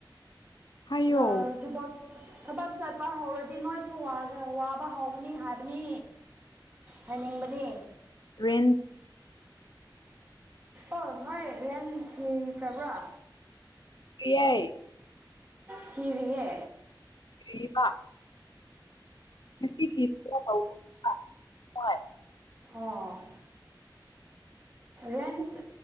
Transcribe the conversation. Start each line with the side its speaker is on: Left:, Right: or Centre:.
Left: ꯍꯥꯏꯌꯣ
Right: ꯑ ꯊꯕꯛ ꯊꯕꯛ ꯆꯠꯄ ꯍꯧꯔꯗꯤ ꯅꯣꯏꯁꯨ ꯋꯥꯒ ꯋꯥꯕ ꯍꯧꯒꯅꯤ ꯍꯥꯏꯕꯅꯤ ꯍꯥꯏꯅꯤꯡꯕꯅꯤ
Left: ꯔꯦꯟ
Right: ꯑꯣ ꯅꯣꯏ ꯔꯦꯟ ꯊꯤꯈ꯭ꯔꯕ꯭ꯔꯥ
Left: ꯌꯦ
Right: ꯊꯤꯔꯤꯌꯦ
Left: ꯀꯔꯤꯔꯥ <unintelligible>
Right: ꯑꫭ ꯔꯦꯟꯁ